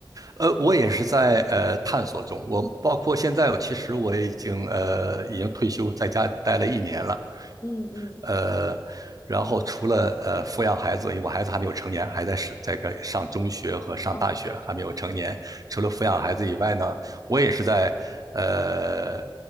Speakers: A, on the right; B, on the left.
A: 呃，我也是在呃探索中，我包括现在，我其实我已经呃已经退休，在家待了一年了。
B: 嗯嗯
A: 呃，然后除了呃抚养孩子，因为我孩子还没有成年，还在是这个上中学和上大学，
B: 哦
A: 还没有成年。除了抚养孩子以外呢，我也是在呃